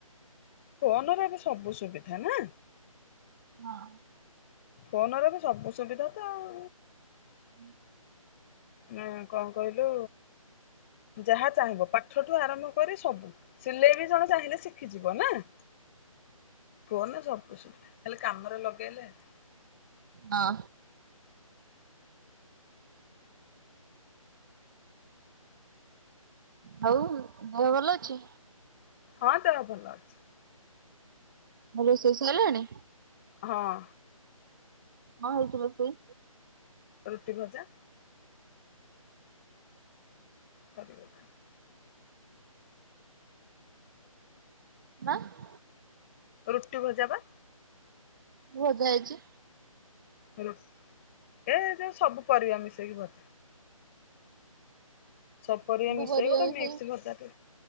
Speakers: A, on the left (about 20°); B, on the right (about 35°).
A: ଫୋନରେ ଏବେ ସବୁ ସୁବିଧା ନା?
B: ହଁ।
A: ଫୋନରେ ଏବେ ସବୁ ସୁବିଧା ତ ଆଉ
B: ହୁଁ।
A: ନାଁ କଣ କହିଲୁ ଯାହା ଚାହିଁବ ପାଠଠୁ ଆରମ୍ଭ କରି ସବୁ। ସିଲେଇ ବି ଜଣେ ଚାହିଁଲେ ଶିଖିଯିବ ନାଁ? ଫୋନ୍ ରେ ସବୁ ସୁବିଧା ଖାଲି କାମରେ ଲଗେଇଲେ ହେଲେ।
B: ହଁ। ହଉ ଦେହ ଭଲ ଅଛି।
A: ହଁ ଦେହ ଭଲ ଅଛି।
B: ରୋଷେଇ ସଇଲାଣି?
A: ହଁ।
B: ମାଁ ହେଇଥିଲ ପୋଇ
A: ରୁଟି ଭଜା। ସରି <unintelligible>
B: <unintelligible>
A: ରୁଟି ଭଜା ବା।
B: ଭଜା ହେଇଛି।
A: <unintelligible> ଏ ଯୋଉ ସବୁ ପରିବା ମିଶେଇକି ଭ ସପରିଆ
B: ସବୁ
A: ମିଶେଇ
B: ପରିବା
A: ଗୋଟେ
B: ମିଶେଇ
A: ମିକ୍ସ ଭଜାଟେ